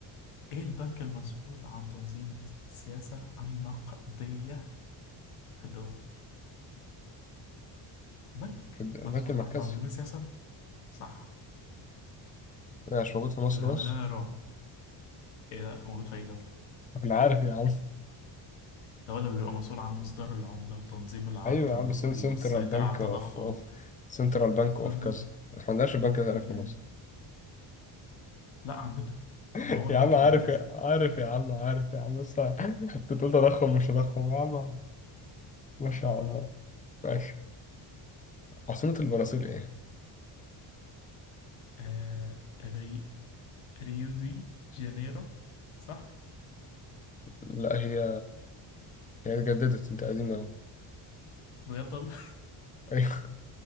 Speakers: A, on the left; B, on the left.
A: ايه البنك المسؤول عن تنظيم السياسة النقدية في الدول بنك
B: الد-
A: مسؤول
B: البنك المركزي
A: عن تنظيم السياسة صح
B: ده مش موجود في مصر
A: اللي عامل
B: بس
A: لنا رعب ايه ده موجود في اي دولة
B: انا عارف يا عم
A: الدولة بيبقى مسؤول عن إصدار العملة وتنظيم العرض
B: ايوه يا
A: النقدي
B: عم سن سنترال
A: والسيطرة
B: بنك
A: على التضخم
B: اوف اوف سنترال بنك اوف
A: أها
B: كذا ما عندناش البنك ده هناك
A: مهم.
B: في مصر
A: لا عندنا
B: <laughs>
A: ما هو البنك
B: يا عم عارف
A: المركزي
B: يا عارف يا عم عارف يا عم بس انت بتقول تضخم مش تضخم يا عم ما شاء
A: آه
B: الله ماشي عاصمة البرازيل ايه؟
A: آه ري... ريو دي جانيرو صح؟
B: لا هي هي اتجددت انت قديمة اهو
A: بجد والله
B: ايوه